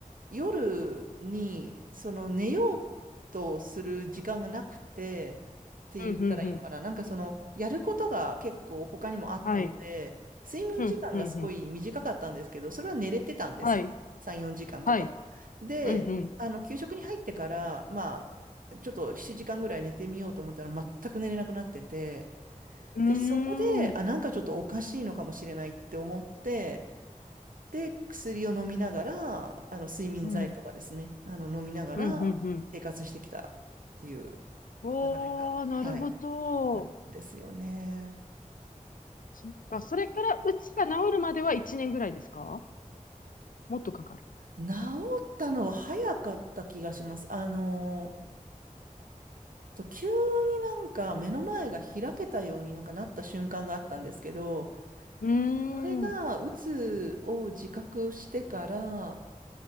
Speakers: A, on the right; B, on the left.
A: 夜にその寝ようとする時間がなくてって言ったらいいのかな。
B: うん、うん、うん。
A: なんかそのやることが結構他にもあったので、
B: はい。
A: 睡眠時間がすごい短かったんですけど、
B: うん、うん、うん。
A: それは寝れてたんですよ。
B: はい、
A: 3、4時間とか。
B: はい。
A: で、
B: うん、
A: あの給食に入ってから、まあ、ちょっと7時間ぐらい寝てみようと思ったら全く寝れなくなってて、
B: うん。
A: で、そこで、
B: うーん。
A: あ、なんかちょっとおかしいのかもしれないって思って、で、薬を飲みながら、あの、睡眠剤とかですね、
B: うん、
A: あの、飲みながら生活してきたっていう
B: うん、うん、うん。おー、
A: 流れが、はい、
B: なるほど。
A: あるんですよね。
B: そっか、それからうつが治るまでは1年ぐらいですかもっとかかる。
A: 治ったのは早かった気がします。あの、えっと急になんか目の前が開けたようになんかなった瞬間があったんですけど、
B: うー
A: それが、
B: ん。
A: うつを自覚してから、